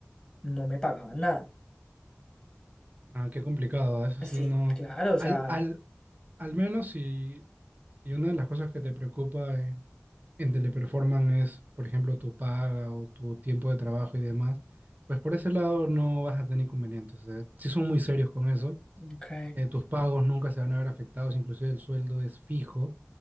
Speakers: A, on the left; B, on the right.
A: no me pagaban nada.
B: Ah, qué complicado, eso sí
A: Sí,
B: no.
A: claro, o sea.
B: Al, al, al menos si, si una de las cosas que te preocupa en, en Teleperformance es, por ejemplo, tu paga o tu tiempo de trabajo y demás, pues por ese lado no vas a tener inconvenientes. Si Sí son muy serios con eso.
A: Ok.
B: Eh, tus pagos nunca se van a ver afectados, inclusive el sueldo es fijo,